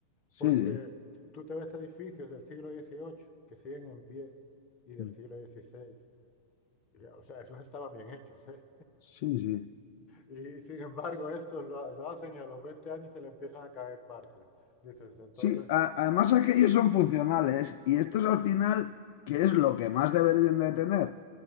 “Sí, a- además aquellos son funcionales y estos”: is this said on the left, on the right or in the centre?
Left